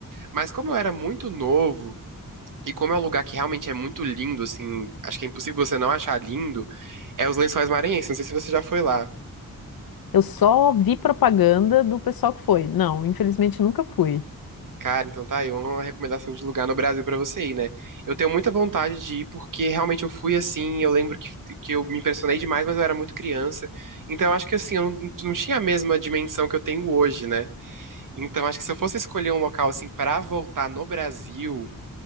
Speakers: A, on the right; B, on the left.
A: Mas como eu era muito novo, e como é um lugar que realmente é muito lindo, assim, acho que é impossível você não achar lindo, é os Lençóis Maranhenses. Não sei se você já foi lá.
B: Eu só vi propaganda do pessoal que foi. Não, infelizmente nunca fui.
A: Cara, então tá aí uma recomendação de lugar no Brasil pra você ir, né? Eu tenho muita vontade de ir porque realmente eu fui assim, eu lembro que, que eu me impressionei demais, mas eu era muito criança. Então eu acho que assim, eu não, não tinha a mesma dimensão que eu tenho hoje, né? Então acho que se eu fosse escolher um local assim pra voltar no Brasil,